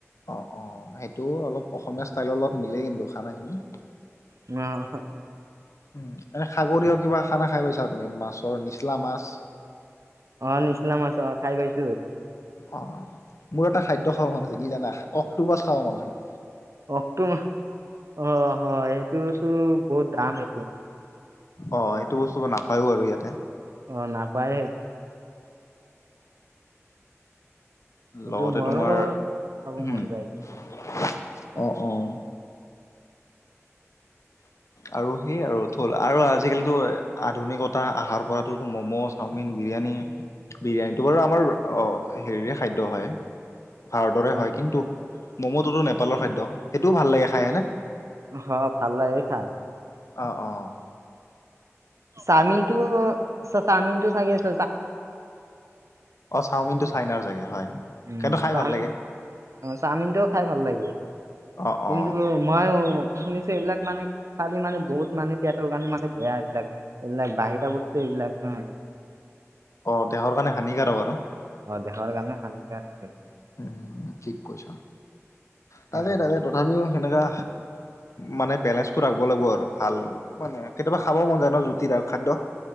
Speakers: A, on the left; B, on the right.
A: অ' অ' সেইটো অলপ অসমীয়া ষ্টাইলৰ লগত মিলেই কিন্তু খানাখিনি।
B: উম, হ'ম।
A: উম, এনে সাগৰীয়া কিবা খানা খাই পাইছা তুমি মাছৰ নিচলা মাছ?
B: অ' নিচলামছ অ' খাই পাইছোঁ।
A: অ' মোৰ এটা খাদ্য খাব মন আছে কি জানা অক্টোপাছত খাব মন আছে‌ মোৰ।
B: অ' অ' সেইটোতো বহুত দাম সেইটো।
A: অহ' সেইটো বস্তু ব নাপায়ো আৰু ইয়াতে।
B: অ' নাপায় সেইটো
A: লগতে
B: মোৰো
A: তোমাৰ,
B: খাব
A: উম
B: মন যায়
A: আহ অ'।
B: <inaudible>
A: আৰু সেইয় আৰু থ'ল আৰু আজিকালিতো আধুনিকতা অহাৰ পৰাতো ম'ম' চাওমিন বিৰিয়ানী বিৰিয়ানীটো বাৰু আমাৰ অ 'হেৰিৰে খাদ্য হয়। ভাৰতৰে
B: অ
A: হয় কিন্তু ম'ম'টোতো নেপালৰ খাদ্য সেইটোও ভাল লাগে খাই হয়নে?
B: অঁ, ভাল লাগে খাই।
A: অঁ অঁ।
B: চামিন তটো চ - চামিন তটো চাগে আছ
A: অ' চাওমিনটো চাইনাৰ চাগে হয়।
B: উম
A: কিন্তু খাই
B: চাওমিন
A: ভাল লাগে
B: অ' চাওমিনটোও খাই ভাল লাগে।
A: অ
B: কিন্তু
A: অ
B: মই শুনিছো এইবিলাক মানে খালে মানে বহুত মানে এয়াত গান মানে বেয়া এইবিলাক এইবিলাক বাহিৰা বস্তু এইবিলাক নয়
A: অ' দেহৰ কাৰণে হানিকাৰক আৰু।
B: অ' দেহৰ কাৰণে হানিকাৰ হৈছে।
A: উম ঠিক কৈছা তাকে
B: উম।
A: - তাকে তথাপিও সেনেকা মানে বেলেঞ্চটো ৰাখিব লাগিব আৰু ভাল মানে কেতিয়াবা খাব মন যায় ন জুতি খাদ্য।